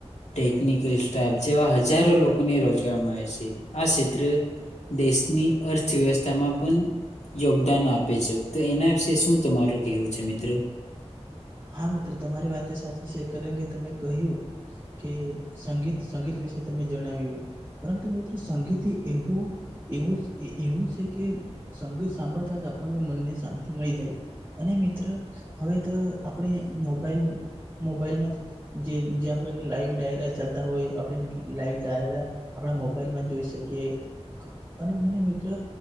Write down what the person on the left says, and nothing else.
ટેકનિકલ થાપ જેવા હજારો લોકોને રોજગાર મળે છે. આ ક્ષેત્ર દેશની અર્થવ્યવસ્થામાં પણ યોગ્ય દાન આપે છે તો એના વિશે શું તમારું કેવું છે મિત્ર.